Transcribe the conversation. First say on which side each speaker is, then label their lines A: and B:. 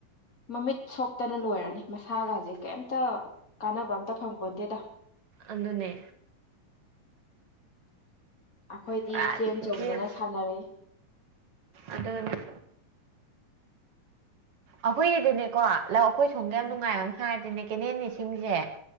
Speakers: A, on the left; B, on the right.
A: ꯃꯃꯤꯠ ꯁꯣꯛꯇꯅ ꯂꯣꯏꯔꯅꯤ ꯃꯁꯥꯒꯥꯖꯦ ꯀꯩꯝ ꯇ ꯀꯥꯟꯅꯕ ꯑꯝꯇ ꯐꯪ ꯄꯣꯟꯇꯦꯗ
B: ꯑꯗꯨꯅꯦ
A: ꯑꯩꯈꯣꯏꯗꯤ
B: ꯄꯨꯔꯥ
A: ꯆꯦꯟ ꯆꯣꯡꯗꯅ
B: ꯒꯦꯝ
A: ꯁꯥꯟꯅꯔꯛꯏ
B: ꯑꯗꫭ ꯅꯪ ꯑꯈꯣꯏꯒꯤꯗꯤꯅꯦꯀꯣ ꯂꯧ ꯑꯩꯈꯣꯏ ꯁꯣꯝꯒꯤ ꯌꯥꯝ
A: ꯎꯝ
B: ꯅꯨꯡꯉꯥꯏꯕ ꯑꯃ ꯍꯥꯏꯔꯗꯤꯅꯦ ꯀꯦꯅꯦꯟ ꯏꯁꯤꯡꯖꯦ